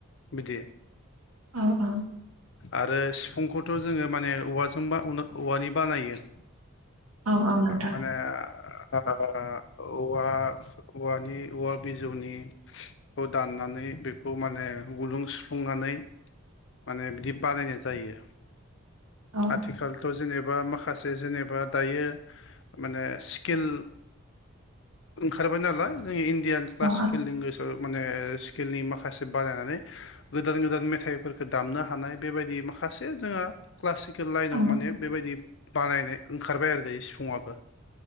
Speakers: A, on the left (about 55°); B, on the right (about 80°).
A: बिदि
B: अ अ
A: आरो सिफुंखौथ जोङो माने औवाजों बा अनो औवानि बानायो।
B: औ औ नोंथां
A: ओ माने ओ ओ औवा ओ औवानि औवा बिजौनि खौ दाननानै बेखौ माने गुदुं सुफ्लुंनानै माने बिदि बानायनाय जायो
B: औ
A: आथिखाल थ जेनेबा माखासे जेनेबा दायो माने स्किल ओंखारबाय नालाय जोंनि इण्डियान क्लासिकेल
B: औ
A: लेंगुवेजाव माने स्किलनि माखासे बानायनानै गोदान गोदान मेथाइफोरखौ दामनो हानाय बेबायदि माखा खासे जोङा क्लासिकेल लाइनाव
B: औ
A: माने बेबायदि बानायनाय ओंखारबाय आरो दायो सिफुंआबो।